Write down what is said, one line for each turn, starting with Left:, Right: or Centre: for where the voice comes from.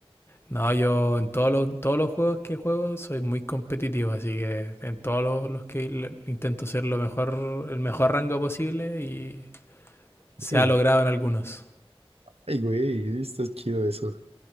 Left: No, yo en todos los, todos los juegos que juego soy muy competitivo, así que en todos los, los que le- intento ser lo mejor, el mejor rango posible y Se
Right: Sí.
Left: ha logrado en algunos.
Right: Ay, güey, está chido eso.